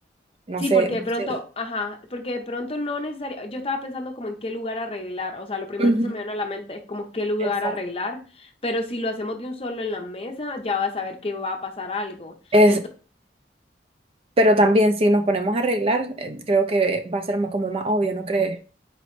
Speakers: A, on the right; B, on the left.
A: No
B: Sí,
A: sé,
B: porque de
A: no
B: pronto,
A: sé.
B: ajá, porque de pronto no necesariamente, yo estaba pensando como en qué lugar arreglar, o sea, lo primero
A: Ujú,
B: que se me viene a la mente es como qué lugar
A: Exacto.
B: arreglar, pero si lo hacemos de un solo en la mesa, ya vas a ver que va a pasar algo.
A: Es,
B: Entonces,
A: pero también si nos ponemos a arreglar, eh, creo que va a ser más- como más obvio, ¿no crees?